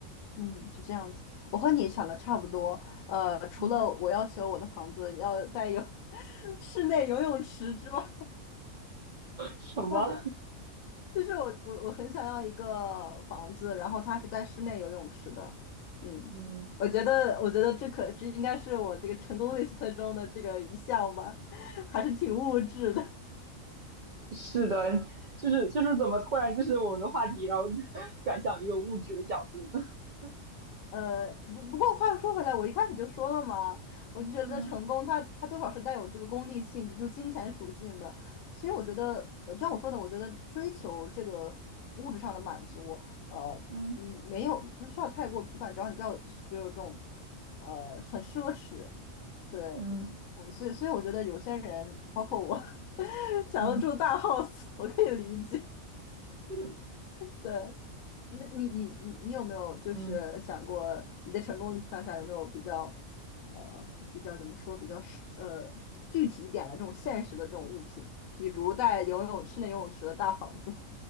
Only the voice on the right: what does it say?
嗯，
什么？
嗯，
是的，就是就是怎么突然就是我们的话题，然后转向一个物质的角度呢？<laughs>
嗯
嗯
嗯
嗯
嗯
<laughs> 嗯